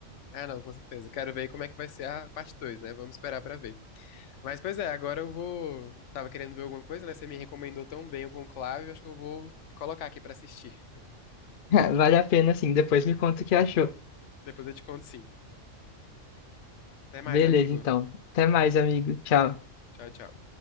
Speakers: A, on the left; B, on the left.
A: Ah, não, com certeza. Quero ver como é que vai ser a parte 2, né? Vamos esperar pra ver. Mas, pois é, agora eu vou. Tava querendo ver alguma coisa, né? Você me recomendou tão bem o Conclave, acho que eu vou colocar aqui pra assistir.
B: <laughs> Vale a pena, assim, depois me conta o que achou.
A: Depois eu te conto sim. Até mais,
B: Beleza,
A: amigo.
B: então. Até mais, amigo. Tchau.
A: Tchau, tchau.